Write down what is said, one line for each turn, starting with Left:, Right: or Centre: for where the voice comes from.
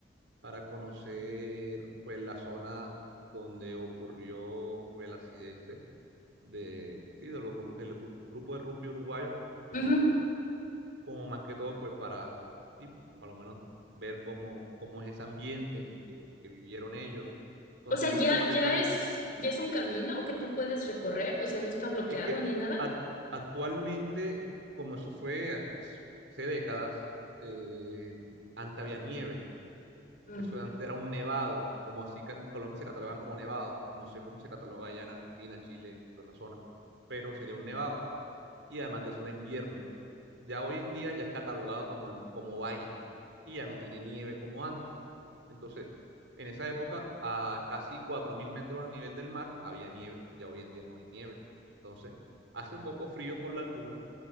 Right: para conocer pues la zona donde ocurrió pues el accidente de sí de los gru- del gru- grupo de rugby uruguayo
Left: Ujú.
Right: como más que todo pues para sí, para lo menos ver cómo cómo es ese ambiente en el que, que vivieron ellos y conocer
Left: O sea,
Right: un poquito
Left: ya,
Right: más de
Left: ya
Right: la historia
Left: es, ya es un camino que tú puedes recorrer, o sea, no está bloqueado
Right: es que
Left: ni nada.
Right: ac- actualmente como eso fue hace décadas eh, antes había nieve
Left: Mm,
Right: Eso de antes era un nevado, como así que en Colombia se catalogan como nevado. No sé cómo se cataloga allá en Argentina, Chile, toda esa zona, pero sería un nevado. Y además de eso era invierno. Ya hoy en día ya es catalogado como, el- como valle y ya no tiene nieve como antes. Entonces, en esa época, a casi 4.000 metros a nivel del mar había nieve, ya hoy en día no hay nieve. Entonces, hace poco frío por la altura,